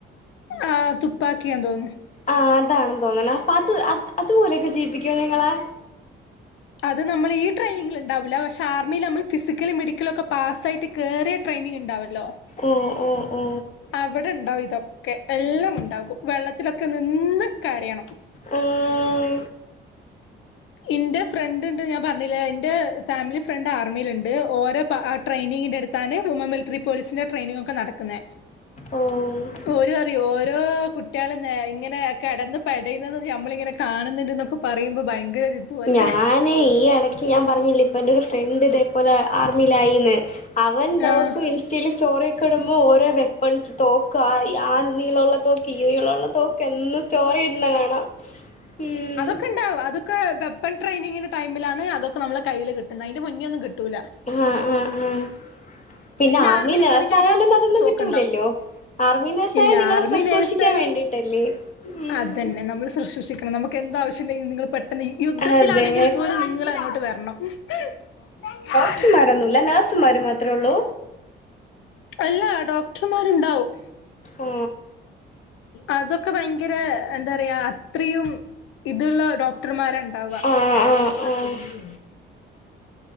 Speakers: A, on the left; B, on the left.
A: ആഹ് തുപ്പാക്കിയ എന്തോന്നുന്നു
B: ആഹ് അതാണെന്ന് തോന്നുന്നത് അപ്പൊ അത് അത് അതുപോലെയൊക്കെ ചെയ്യിപ്പിക്കോ നിങ്ങളെ
A: അത് നമ്മൾ ഈ ട്രെയിനിങ്ങിൽ ഉണ്ടാവില്ല പക്ഷെ ആർമിയിൽ നമ്മൾ ഫിസിക്കല മെഡിക്കലും ഒക്കെ പാസ്സായിട്ട് കയറിയ ട്രെനിങ് ഉണ്ടാവല്ലോ
B: ഓ ഓ ഓ
A: അവിടെ ഉണ്ടാവും ഇതൊക്കെ എല്ലാം ഉണ്ടാകും വെള്ളത്തിലൊക്കെ നിന്നക്ക കരയണം
B: ഉം
A: എന്റെ ഫ്രണ്ട് ഉണ്ട് ഞാൻ പറഞ്ഞില്ലേ എന്റെ ഫാമിലി ഫ്രണ്ട് ആർമിൽുണ്ട് ഓരോ ട്രെയിനിങ്ങിന്റെ അടുത്താണ് വുമൻ മിലിറ്ററി പോലീസിന്റെ ട്രെയിനിങ് ഒക്കെ നടക്കുന്ന
B: ഓ ഓ
A: ഓര് അറിയോ ഓരോ കുട്ടികള ഇങ്ങനെ കിടന്നന്ന് പടയുന്നത് നമ്മളിങ്ങനെ കാണുന്നുന്ന പറയുമ്പോ ഭയങ്കര ഇതുപോലെ
B: ഞാന് ഈ ഇടക്ക് ഞാൻ പറഞ്ഞില്ലേ ഇപ്പൊ എന്റെ ഒരു ഫ്രണ്ട് ഇതേപലെ ആർമിയിലായിന്ന് അവൻ ദിവസു
A: ആഹ്
B: ഇ ചെളി സ്റ്റോറി ഒക്കെ ഇടുമ്പോൾ ഓരോ വെപ്പൺസ് തോക്ക് ആ ആ നിങ്ങളുള്ള തോക്ക് ഈ നിങ്ങളുള്ള തോക്ക് എന്നന്ന് സ്റ്റോറി ഇടുന്ന കാണാം ഉം
A: ഒക്ക ഉണ്ടാവും അതൊക്കെ വെപ്പൺ ട്രെയിനിങ്ങിന്റെ ടൈമിലാണ് അതൊക്കെ നമ്മെ കയ്യില് കിട്ടുന്നത് അതിന്റെ മുന്നേ ഒും കിട്ടൂില്ല
B: ആഹ് ആഹ് ആഹ് പിന്നെ ആർമി
A: ആർമിയിൽ
B: നേഴ്സ
A: കേറി കഴിഞ്ഞാല്
B: ആയാലും അതൊന്നും
A: തോക്കുണ്ടാവും
B: കിട്ടൂലല്ലോ ആർമി നർസായ
A: ഇല്ല
B: നിങ്ങളെ
A: ആർമി
B: ശുശ്രൂഷിക്കാൻ
A: നേഴ്സ് ആയാല്
B: വേണ്ടിട്ടല്ലേ ഉം
A: അതന്നെ നമ്മള് ശുശ്രൂഷിക്കണം നമുക്ക് എന്താവശ്യംണ്ടെങ്കിൽ നിങ്ങൾ പെട്ടെന്ന് യുദ്ധത്തിലാണെങ്കിൽ
B: അതെ
A: പോലും നിങ്ങൾ അങ്ങോട്ട് വരണം <unintelligible>
B: ഡോക്ടർമാരൊന്നുമ ഇ നേഴ്സുമാർ മാത്രേ ഉള്ളൂ
A: അല്ല ഡോക്ടർമാരുണ്ടാവും
B: ഓ
A: അതൊക്കെ ഭയങ്കര എന്താ പറയാ അത്രയും ഇതുള്ളോ ഡക്ർമാണ്ടാവഓ
B: ആഹ് ആഹ് ആഹ്
A: ളം